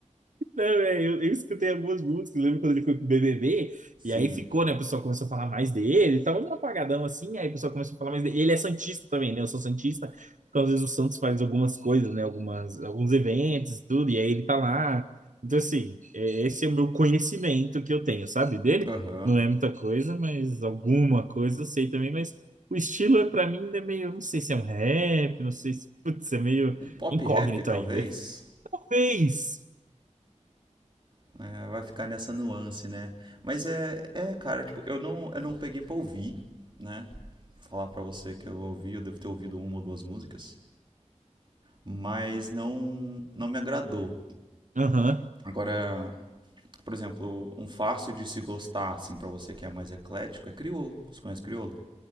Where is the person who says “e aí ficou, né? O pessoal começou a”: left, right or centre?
Right